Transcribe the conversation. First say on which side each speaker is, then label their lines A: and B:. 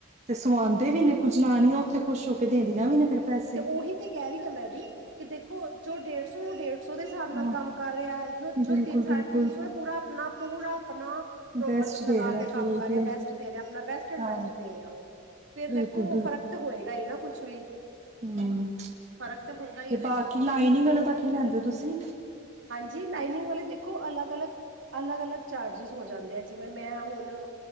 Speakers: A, on the right; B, on the right.
A: ਤੇ ਸੁਆਉਂਦੇ ਵੀ ਨੇ ਕੁਝ ਜਨਾਨੀਆਂ ਓਥੇ ਖੁਸ਼ ਹੋ ਕੇ ਦੇਦੀਆਂ ਵੀ ਨੇ ਫਿਰ। ਪੈਸੇ
B: ਤੇ ਓਹੀ ਤੇ ਕਹਿ ਰਹੀ ਆਂ, ਮੈਂ ਵੀ ਕਿ ਦੇਖੋ ਜੋ ਡੇਢ ਸੌ ਡੇਢ ਸੋ ਦੇ ਹਿਸਾਬ ਨਾਲ
A: ਹਾਂ
B: ਕੰਮ ਕਰ ਰਿਹਾ ਐ, ਜੋ ਜੋ
A: ਬਿਲਕੁਲ
B: ਤਿੰਨ ਸਾਢੇ
A: ਬਿਲਕੁਲ
B: ਤਿੰਨ ਸੌ ਪੂਰਾ ਆਪਣਾ ਪੂਰਾ ਆਪਣਾ।
A: ਬੈਸਟ
B: ਮਤਲਬ ਲਗਾ,
A: ਦੇ ਰਿਹਾ
B: ਕੇ
A: ਠੀਕ
B: ਕੰਮ ਕਰ ਰਿਹਾ
A: ਹੈ
B: ਬੈਸਟ ਦੇ ਰਿਹਾ ਆਪਣਾ ਬੈਸਟ ਐਂਡ
A: ਹਾਂ
B: ਬੈਸਟ ਦੇ ਰਿਹਾ ਓਹ। ਫੇਰ
A: ਬਿਲਕੁਲ
B: ਦੇਖੋ ਫ਼ਰਕ ਤਾਂ ਹੋਏਗਾ ਈ ਨਾ ਕੁਛ ਵੀ।
A: ਹੂੰ ਤੇ
B: ਫ਼ਰਕ ਹੁੰਦਾ ਹੀ ਹੈ ਦੇਖੋ
A: ਬਾਕੀ ਲਾਈਨਿੰਗ ਵਾਲੇ ਦਾ ਕੀ ਲੈਂਦੇ ਓ ਤੁਸੀ?
B: ਹਾਂਜੀ ਲਾਈਨਿੰਗ ਵਾਲੇ ਦੇਖੋ, ਅਲੱਗ-ਅਲੱਗ-ਅਲੱਗ-ਅਲੱਗ। ਚਾਰਜਿਸ ਹੋ ਜਾਂਦੇ ਐ ਜਿਵੇਂ ਮੈਂ ਹੁਣ